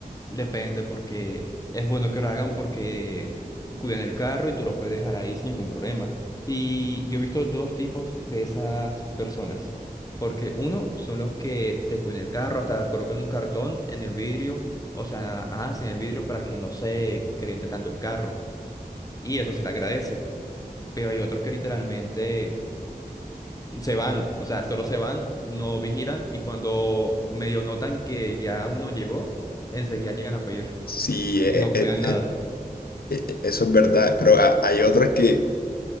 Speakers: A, on the left; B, on the left.
A: depende porque es bueno que lo hagan porque cuidan el carro y tú lo puedes dejar ahí sin ningún problema. Y yo he visto dos tipos de esas personas. Porque uno son los que te cuidan el carro, hasta colocan un cartón en el vidrio, o sea, hacen el vidrio para que no se caliente tanto el carro. Y eso se le agradece. Pero hay otros que literalmente se van, o sea, solo se van, no vigilan y cuando medio notan que ya uno llegó, enseguida llegan a pedir
B: Sí,
A: y
B: eh,
A: no
B: eh,
A: cuidan nada.
B: eh, eh, eh, eso es verdad, pero ha- hay otras que